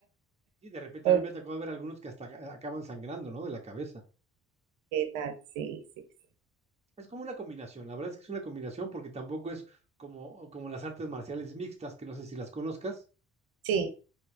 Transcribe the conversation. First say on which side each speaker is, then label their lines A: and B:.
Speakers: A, on the right; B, on the right.
A: Y de repente
B: Ok,
A: a mí me ha tocado ver algunos que hasta aca- acaban sangrando, ¿no? De la cabeza.
B: tal, sí, sí, sí.
A: Es como una combinación, la verdad es que es una combinación porque tampoco es como, como las artes marciales mixtas, que no sé si las conozcas
B: Sí,